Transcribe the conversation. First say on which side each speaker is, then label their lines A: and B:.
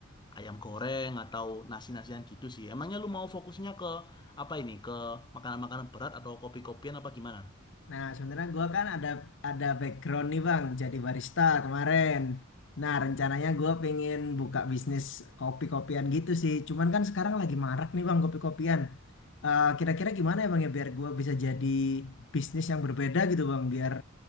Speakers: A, on the left; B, on the left.
A: ayam goreng atau nasi-nasian gitu sih. Emangnya lu mau fokusnya ke apa ini? Ke makanan-makanan berat atau kopi-kopian apa gimana?
B: Nah, sebenarnya gua kan ada ada background nih Bang, jadi barista kemarin. Nah, rencananya gua pengen buka bisnis kopi-kopian gitu sih. Cuman kan sekarang lagi marak nih Bang kopi-kopian. Eh, Kira-kira gimana ya Bang ya biar gua bisa jadi bisnis yang berbeda gitu Bang, biar